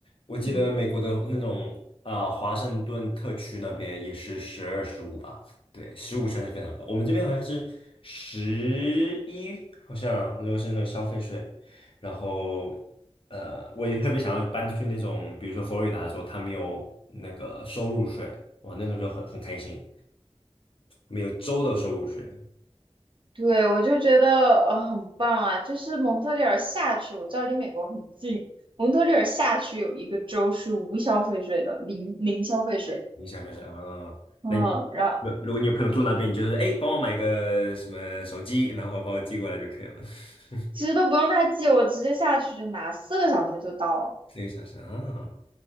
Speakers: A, on the left (about 55°); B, on the right (about 50°).
A: 我记得美国的那种啊、
B: 嗯，
A: 华盛顿特区那边也是十二、十五吧？对，十五算是非常高。我们这边好像是十一，好像那个是那个消费税。然后，呃，我也特别想要搬去那种，比如说佛罗里达州，它没有那个收入税，哇，那种就很很开心，没有州的收入税。
B: 对，我就觉得呃很棒啊，就是蒙特利尔下去，我知道离美国很近，蒙特利尔下去有一个州是无消费税的，零零消费税。
A: 你想分手啊？
B: 嗯，
A: 那你
B: 然
A: 如如果你有朋友住那边，你就是哎，诶帮我买个什么手机，然后把我寄过来就可以了。<laughs>
B: 其实都不用他寄，我直接下去就拿，四个小时就到了。
A: 这个小时啊，